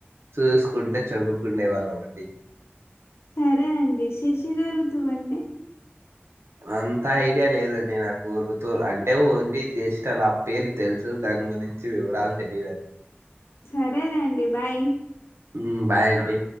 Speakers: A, on the right; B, on the left.
A: చూసుకుంటే చదువుకునే వాళ్ళమండి
B: సరే అండి శశిర ఋతువు అంటే
A: అంత ఐడియా లేదండి నాకు ఋతువు అంటే ఓన్లీ జ్యేష్లు ఆ పేర్లు తెలుసు దాని గురించి వివరాలు తెలియదండి
B: సరేలేండి బాయ్
A: హు బాయ్ అండి